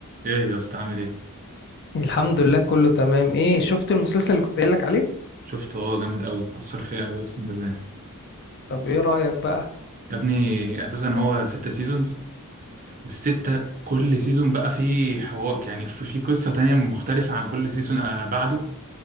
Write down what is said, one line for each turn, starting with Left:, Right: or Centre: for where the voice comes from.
Right: ايه يا اسطى عامل ايه
Left: الحمد لله كله تمام ايه شفت المسلسل اللي كنت قايل لك عليه
Right: شفته اه جامد قوي اثر فيا قوي اقسم بالله
Left: طب ايه رأيك بقى
Right: يا ابني اساسا هو ستة سيزونز والستة كل سيزون بقى فيه حوار يعني في في قصة تانية مختلفة عن كل سيزون آه بعده